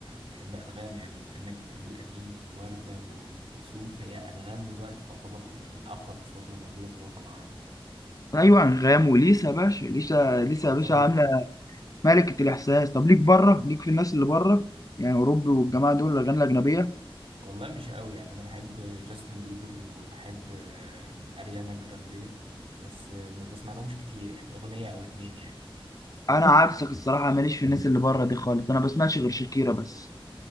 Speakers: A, on the right; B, on the left.
A: بتحب انغام يعني بما انك بتحب القديم ووردة وام كلثوم فهي انغام دلوقتي تعتبر من اقوى الاصوات اللي موجوده في الوطن العربي
B: ايوه انغام وليسا يا باشا ليسا ليسا
A: واصاله
B: يا باشا عامله ملكة الإحساس طب ليك بره ليك في الناس اللي بره يعني أوروبي والجماعة دول الأغاني الأجنبية
A: والله مش قوي يعني انا بحب جاستن بيبر وبحب آه، اريانا جراندي بس آه، ما بسمع لهمش كتير يعني اغنية او اتنين يعني
B: أنا <laughs> عكسك الصراحة ماليش في الناس اللي بره دي خالص أنا بسمعش غير شاكيرا بس